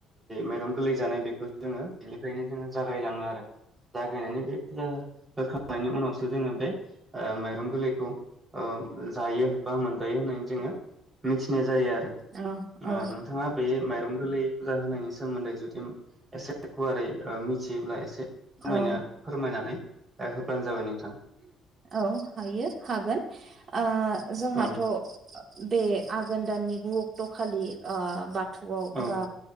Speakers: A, on the right; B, on the right.
A: माइरं गोरलै जानाय बेखौ जोङो बेनिफ्रायनो जोङो जागायलाङो आरो जागायनानै बे फुजा होखांनायनि उनावसो जोङो बे माइरं ओ गोरलैखौ औ जायो बा मोनजायो होननानै जोङो मिथिनाय जायो आरो। ओ
B: औ
A: नोंथाङा बे माइरं गोरलै फुजा होनायनि सोमोन्दै जुदि एसे गुवारै ओ मिथियोब्ला एसे फोरमायनो
B: औ
A: फोरमायनानै ओ होब्लानो जाबाय नोंथां
B: औ हायो हागोन ओ जोंहाथ'
A: ओं
B: बे आघोन दाननि गु अक्ट' खालि ओ बा थौआव
A: औ
B: बा